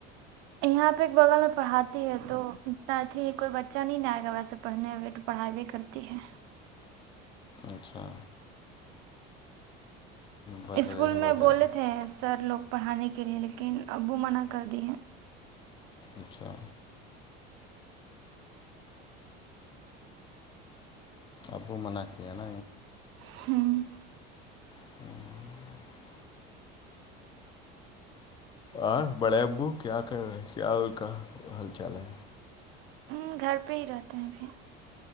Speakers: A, on the right (about 70°); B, on the left (about 25°).
A: یہاں پہ ایک بغل میں پڑھاتی ہے تو ا اھی کوئی بچہ نہیں آئے گا ویسے پڑھنے میںئے تو پڑھائی بھی کرتی ہے
B: اچھا وجہ
A: اسکول
B: یہی
A: میں
B: وجہ
A: بولے
B: ہے
A: تھے سر لوگ پڑھانے کے لیے لیکن ابو منع کر دیے
B: اچھا ابو منع کے ہے ن
A: ہاں
B: ہوں اور بڑے ابو کیا کر رہے کیا کا حال چال ہے
A: ہ گھر پہ ہی رہتے ہیںبھر